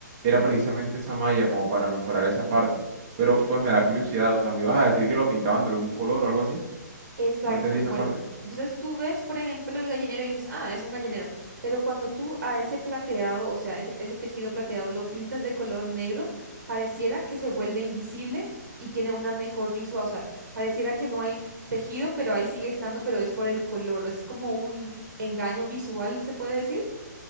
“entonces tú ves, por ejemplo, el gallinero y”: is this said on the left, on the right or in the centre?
Right